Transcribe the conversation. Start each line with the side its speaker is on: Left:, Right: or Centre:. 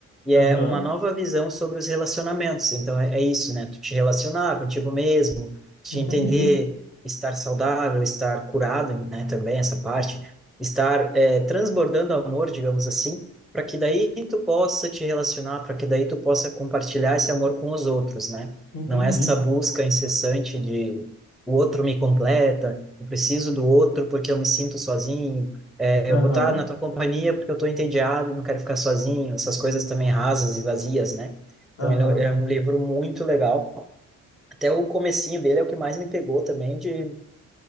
Centre: e
Left: Aham.
Centre: é uma nova visão sobre os relacionamentos. Então é, é isso, né? Tu te relacionar contigo mesmo, de
Left: Entendi,
Centre: entender estar saudável, estar curado, né, também essa parte, estar é, transbordando amor, digamos assim, para que daí tu possa te relacionar, para que daí tu possa compartilhar esse amor com os outros, né?
Left: entendi.
Centre: Não é essa busca incessante de o outro me completa, eu preciso do outro porque eu me sinto sozinho, é,
Left: Aham,
Centre: eu vou estar na tua companhia porque eu estou entediado e não quero ficar sozinho, essas coisas também rasas e vazias, né? Então
Left: aham,
Centre: ele é um livro muito legal até o comecinho dele é o que mais me pegou também, de